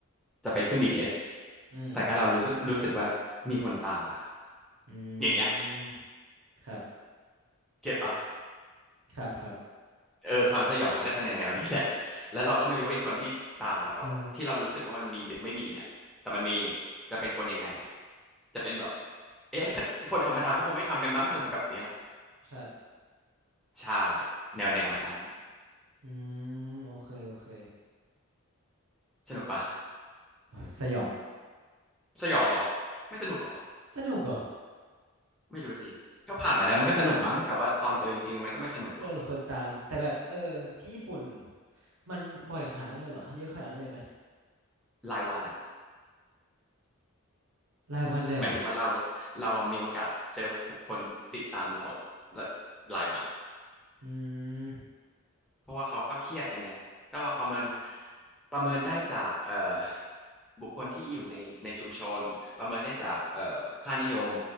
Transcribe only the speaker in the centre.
จะไปขึ้น BTS
แต่ก็เรารู้รู้สึกว่ามีคนตามว่ะ
อย่างเงี้ย
เก็ตปะ
เออความสยองมันก็จะแนวแนวนี้แหละแล้วเราก็ไม่รู้ว่าไอ้คนที่ตามเราอะที่เรารู้สึกว่ามันมีหรือไม่มีเนี่ยแต่มันมี
จะเป็นคนยังไงจะเป็นแบบเอ๊ะมันคนธรรมดาเขาคงไม่ทำกันมั้งอะไรแบบเนี้ย
ใช่ แนวแนวนั้น
สนุกปะ
สยองเหรอไม่สนุกเหรอ
ไม่รู้สิ ก็ผ่านมาแล้วมันก็สนุกมั้ง แต่ว่าตอนเจอจริงๆมันก็ไม่สนุกหรอก
รายวันอะ
หมายถึงว่าเราเราอะมีโอกาสเจอบุคคลติดตามเราหลายวัน
เพราะว่าเขาก็เครียดกันไงก็ประเมินประเมินได้จากเอ่อบุคคลที่อยู่ในในชุมชนประเมินได้จากเอ่อค่านิยม